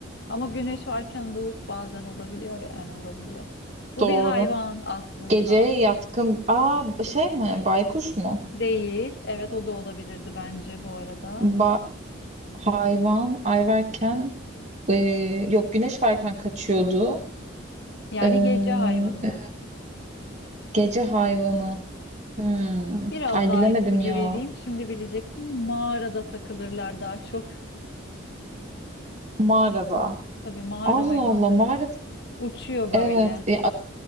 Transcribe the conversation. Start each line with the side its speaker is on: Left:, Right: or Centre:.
Left: Ama güneş varken bulut bazen olabiliyor yani olabiliyor. Bu
Right: Doğru.
Left: bir hayvan aslında
Right: Geceye yatkın. Aa, şey mi? Baykuş mu?
Left: değil. Evet o da olabilirdi bence bu arada.
Right: Ba hayvan ay varken e, yok güneş varken kaçıyordu.
Left: Yani
Right: E,
Left: gece hayvanı.
Right: e, gece hayvanı. Hmm.
Left: Biraz
Right: Ay
Left: daha
Right: bilemedim
Left: ipucu
Right: ya.
Left: vereyim. Şimdi bileceksin mağarada takılırlar daha çok.
Right: Mağarada.
Left: Tabii mağara
Right: Allah
Left: hayvanları
Right: Allah mağarada.
Left: özel. Uçuyor böyle.
Right: Evet. Ya,